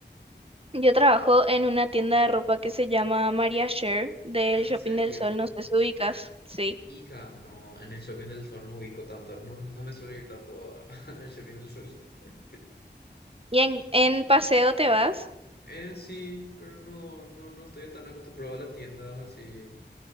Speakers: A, on the right; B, on the left.
A: Yo trabajo en una tienda de ropa que se llama Maria Share del
B: ¿En
A: Shopping
B: serio?
A: del Sol, no sé si ubicas, sí.
B: Hija, no, en el Shopping del Sol no ubico tanto. No, no me suelo ir tanto a- <laughs> al Shopping del Sol. <laughs>
A: ¿Y en, en paseo te vas?
B: En sí, pero no, no, no estoy tan acostumbrado a las tiendas así.